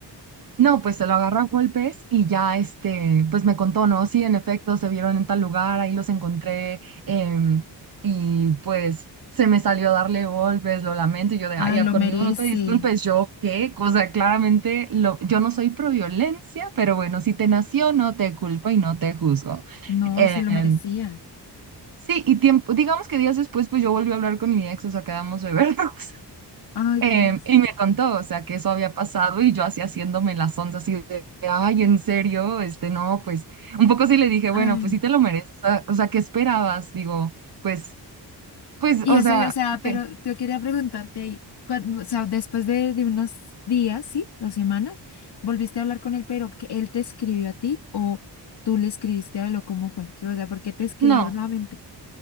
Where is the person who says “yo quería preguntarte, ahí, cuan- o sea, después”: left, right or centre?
Left